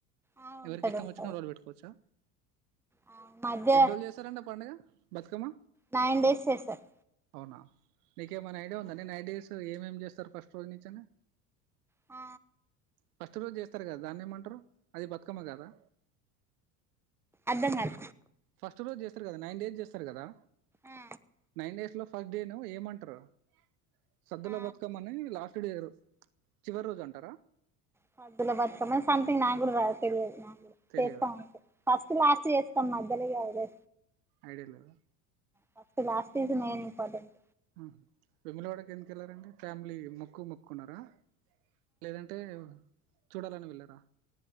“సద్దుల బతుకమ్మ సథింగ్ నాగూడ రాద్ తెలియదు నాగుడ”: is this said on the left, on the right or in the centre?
Centre